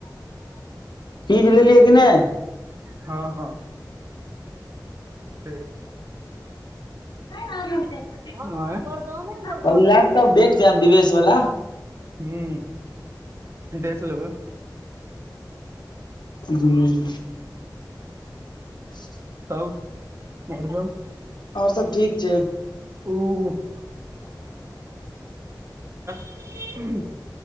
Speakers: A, on the left; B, on the right.
A: चीज लेलियै कि नहि
B: हँ हँ ठीक
A: हँ आर देे
B: आँय
A: <unintelligible>
B: मरदाने मरदान
A: हम लैपटॉप देख जाब दिवेश वला
B: हह से देख लेबै
A: जी ह
B: तब और सब
A: और सब ठीक छै
B: ओ <unintelligible>